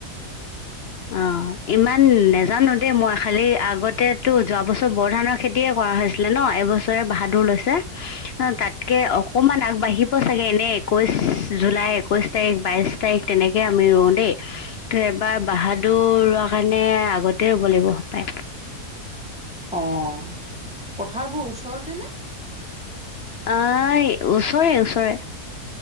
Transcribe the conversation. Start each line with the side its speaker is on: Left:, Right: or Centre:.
Left: অ', ইমান নে নাজানো দেই মই খালী আগতেতো যোৱা বছৰ বৰধানৰ খেতিয়ে কৰা হৈছিলে ন এইবছৰে বাহাদুৰ <unintelligible> তাতকে অকমান আগবাঢ়িব চাগে, এনে একৈশ জুলাই একৈশ তাৰিখ বাইছ তাৰিখ তেনেকে আমি ৰুওঁ দেই, ত' এবাৰ বাহাদুৰ ৰোৱা কাৰণে আগতে তাতে হ'ব লাগিব তাই
Centre: অ' পথাৰবোৰ ওচৰতে নে?
Left: অ' ই ওচৰে- ওচৰে।